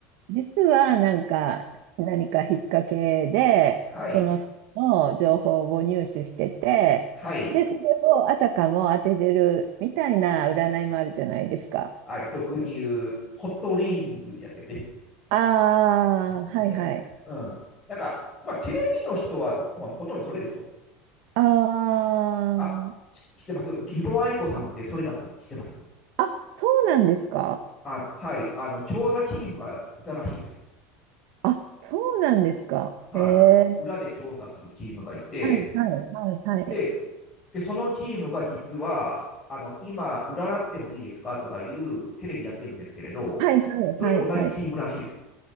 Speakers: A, on the right; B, on the left.
A: 実はなんか何か引っ掛けで、
B: はい。
A: その人の情報を入手してて、
B: はい。
A: で、それをあたかも当ててるみたいな占いもあるじゃないですか。
B: はい。俗に言う、ホットリーディングってやつですね。
A: ああー、はいはい。
B: うんね。うん。なんか、まあ、テレビの人は、まあ、ほとんどそれでしょ。
A: あー
B: あ、し知ってます義母愛子さんってそれだったって知ってます
A: あ、そうなんですか
B: あ、はい。あの、調査チームがいたらしいですよ。
A: あ、そうなんですか。
B: はい、
A: えー、
B: 裏で調査するチームがいて、
A: はいはいはいはい。
B: で、でそのチームが実は、あの、今、占ってもいいですかとかいうテレビやってるんですけれど、
A: はいはいはいはい。
B: それと同じチームらしいですよ。